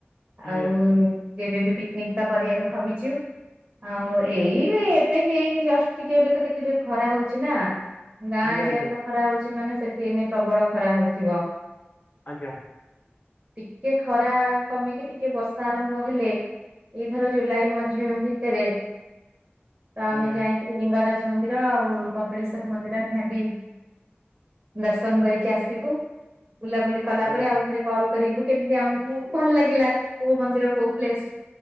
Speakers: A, on the right; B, on the left.
A: ଆଉ।
B: ଆଜ୍ଞା
A: ଯେବେ ବି ପିକନିକ୍ ଟା କରିବାକୁ ଭାବିଚୁ ଆଉ ଏଇ ରେ ଏବେ ହେଇନି ଜଷ୍ଟ ଟିକେ ଏବେ ତ କେତେ ଜୋରେ ଖରା ହଉଚି ନା ଗାଁ
B: ଆଜ୍ଞା
A: ଏରିଆରେ
B: ଆଜ୍ଞା
A: ତ ଖରା ହଉଚି ମାନେ ସେଠି ଏଇନେ ପ୍ରବଳ ଖରା ହଉଥିବ।
B: ଆଜ୍ଞା।
A: ଟିକେ ଖରା କମିକି ଟିକେ ବର୍ଷା ଆରମ୍ଭ ହେଲେ ଏଇ ଧର ଜୁଲାଇ ମଝି ଭିତରେ ତ ଆମେ
B: ଆଜ୍ଞା
A: ଯାଇକିରି
B: ଆଜ୍ଞା
A: ଲିଙ୍ଗରାଜ ମନ୍ଦିର ଆଉ କପଳେଶ୍ଵର ମନ୍ଦିର ହେବି ଦର୍ଶନ କରିକି ଆସିବୁ। ବୁଲାବୁଲି କଲା
B: ଆଜ୍ଞା
A: ପରେ ଆଉ ଥରେ କଲ୍ କରିବୁ କେମିତି ଆମକୁ ଭଲ ଲାଗିଲା କୋଉ ମନ୍ଦିର କୋଉ ପ୍ଲେସ୍।